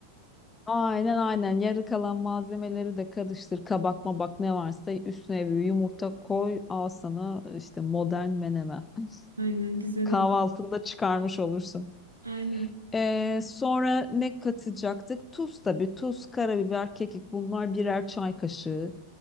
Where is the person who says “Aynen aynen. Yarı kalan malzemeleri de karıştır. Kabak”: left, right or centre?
Left